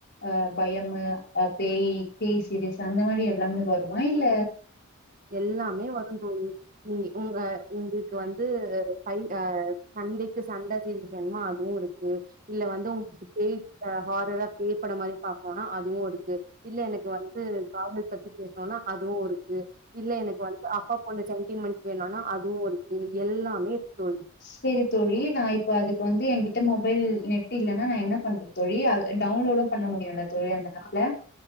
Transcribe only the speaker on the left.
அ பயமு அ பேயி பேய் சீரியஸ் அந்த மாரி எல்லாமே வருமா இல்ல
செரி தோழி நா இப்ப அதுக்கு வந்து எங்கிட்ட மொபைல் நெட் இல்லன்னா நா என்ன பண் தோழி அத டவுன்லோடும் பண்ண முடியதா தோழி அந்த ஆப்பா